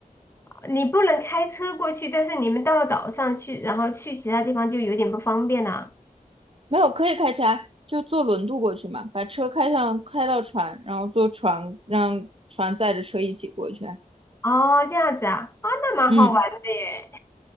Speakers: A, on the left; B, on the right.
A: 你不能开车过去，但是你们到了岛上去，然后去其他地方就有点不方便了。
B: 没有，可以开车啊，就坐轮渡过去嘛，把车开上，开到船，然后坐船让船载着车一起过去啊
A: 哦，这样子啊，啊，那蛮好玩的耶。
B: 嗯。